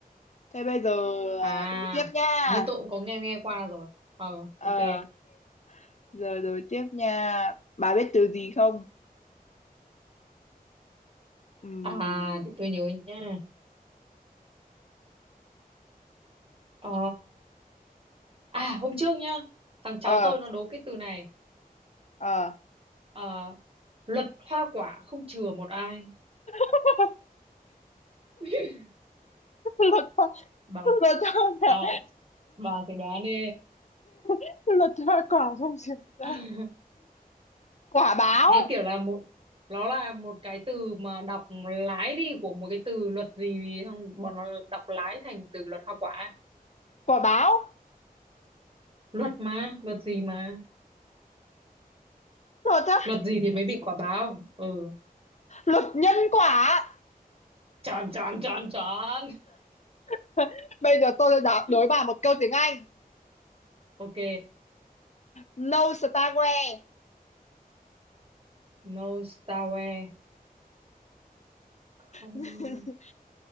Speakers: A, on the left (about 50°); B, on the right (about 35°).
A: thế bây giờ à,
B: À,
A: đố tiếp nha
B: hình như tôi cũng có nghe nghe qua rồi. Ờ,
A: ờ
B: ok.
A: giờ đố tiếp nha bà biết từ gì không Ừm,
B: À, để tôi nhớ nha. Ờ, à hôm trước nhá, thằng cháu
A: ờ
B: tôi nó đố cái từ này.
A: ờ
B: Ờ, luật hoa quả không chừa một ai.
A: <laughs>
B: <laughs>
A: lột ra
B: Bà
A: lột ra quả
B: bà bà thử đoán đi.
A: <laughs> lột ra quả không chuyển ra
B: <laughs>
A: quả báo
B: nó kiểu là một nó là một cái từ mà đọc lái đi của một cái từ luật gì gì xong bọn nó đọc lái thành từ luật hoa quả
A: quả báo
B: luật mà luật gì mà
A: lột ra
B: luật gì thì
A: luật
B: mới bị
A: gì
B: quả báo ừ
A: luật nhân quả
B: chọn chọn chọn chọn
A: <laughs> Bây giờ tôi sẽ đá-
B: <laughs>
A: đố bà một câu tiếng Anh.
B: ok
A: No starware.
B: no starware không
A: <laughs>